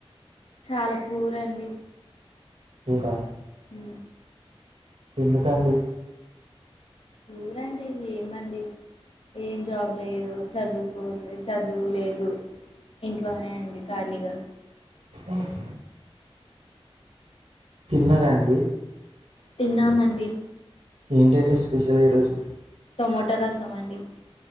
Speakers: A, on the left; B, on the right.
A: చాలా పూరండి
B: ఊరా
A: ఉ
B: ఎందుకండి
A: ఊరండి ఏమండి ఏం జాబ్ లేదు చదువుకో చదువులేదు ఇంట్లోనే అండి ఖాళీగా
B: ఆఫ్ తిన్నారండి
A: తిన్నామండి
B: ఏంటండి స్పెషల్ ఈరోజు
A: టమోటో రసం అండి